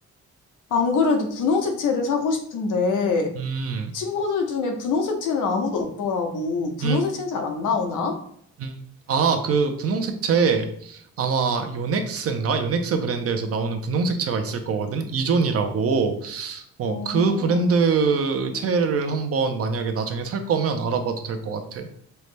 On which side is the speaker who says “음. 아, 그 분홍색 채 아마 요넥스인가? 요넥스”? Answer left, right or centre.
Right